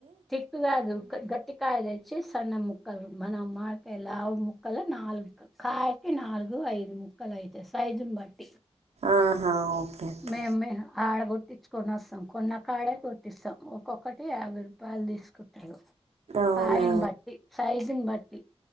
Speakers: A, in the centre; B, on the right.
A: చెక్కుగాదు గట్టి కాయ తెచ్చి సన్న ముక్కలు మనం మామిడికాయ లావు ముక్కలు నాలుగు కాయకి నాలుగు ఐదు ముక్కలు అయితయి సైజుని బట్టి
B: ఆహా! ఓకే. ఓకే.
A: మేమ్ మే ఆడగో తెచ్చుకొని వస్తాం కొన్నా కాడే కొట్టిస్తాం ఓ ఒకోక్కటి యాభై రూపాయలు తీసుకుంటారు.
B: అవునా?
A: కాయని బట్టి సైజిన్ బట్ టి.